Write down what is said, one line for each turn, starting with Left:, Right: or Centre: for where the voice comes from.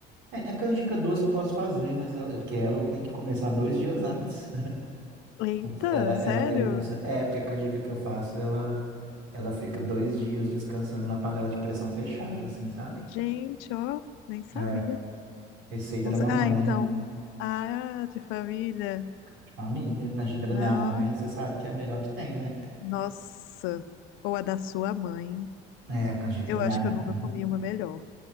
Right: É, a canjica doce eu posso fazer, mas eu- é porque ela eu tenho que começar dois dias antes.
Left: Eita,
Right: O Ela, ela
Left: sério?
Right: tem um processo. É, porque a canjica que eu faço, ela, ela fica dois dias descansando na panela de pressão fechada, assim, sabe?
Left: Gente, ó, nem sabia.
Right: É, receita
Left: Não
Right: da
Left: sa-
Right: mamãe,
Left: Ah, então, a de família,
Right: de família, canjica da
Left: não,
Right: minha mãe,
Left: ó,
Right: você sabe que é a melhor que tem, né?
Left: nossa, ou a da sua mãe.
Right: É, a canjica
Left: Eu
Right: da minha
Left: acho
Right: mãe.
Left: que eu nunca comi uma melhor.